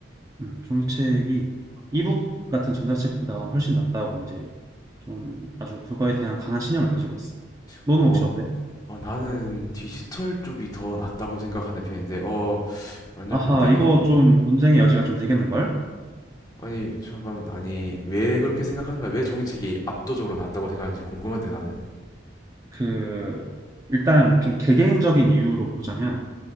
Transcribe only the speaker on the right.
음, 종이책이 이북 같은 전자책보다 훨씬 낫다고 이제 좀 아주 그거에 대한 강한 신념을 가지고 있어. 너는
혹시 어때?
아하,
이거 좀 논쟁의 여지가 좀 되겠는걸?
그, 일단 좀 개개인적인 이유로 보자면